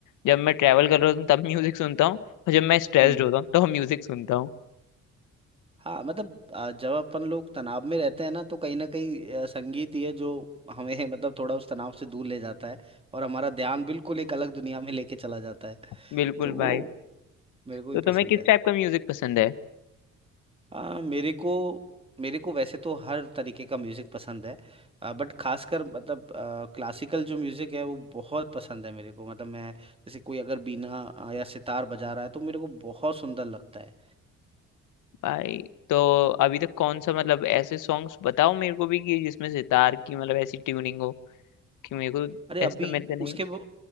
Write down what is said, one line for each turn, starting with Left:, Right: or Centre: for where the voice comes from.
Left: जब मैं ट्रैवल कर रहा होता हूँ तब म्यूजिक सुनता हूँ और जब मैं स्ट्रेस्ड
Right: हम्म
Left: होता हूँ तो म्यूजिक सुनता हूँ
Right: हाँ मतलब अ, जब अपन लोग तनाव में रहते हैं ना तो कहीं ना कहीं अ, संगीत ही है जो हमें <laughs> मतलब थोड़ा उस तनाव से दूर ले जाता है और हमारा ध्यान बिल्कुल एक अलग दुनिया में लेके चला जाता है
Left: बिल्कुल
Right: तो वो
Left: भाई
Right: मेरे को भी
Left: तो तुम्हें
Right: पसंद
Left: किस
Right: है
Left: टाइप का म्यूजिक पसंद है
Right: आ, मेरे को मेरे को वैसे तो हर तरीके का म्यूजिक पसंद है आ, बट खासकर मतलब क्लासिकल जो म्यूजिक है वो बहुत पसंद है मेरे को मतलब मैं जैसे कोई अगर बीना अ, या सितार बजा रहा है तो मेरे को बहुत सुंदर लगता है
Left: भाई तो अभी तक कौन सा मतलब ऐसे सॉन्ग्स बताओ मेरे को भी कि जिसमें सितार की मतलब ऐसी ट्यूनिंग हो कि मेरे को
Right: अरे अभी
Left: ऐसे तो मिलते नहीं
Right: उसके वो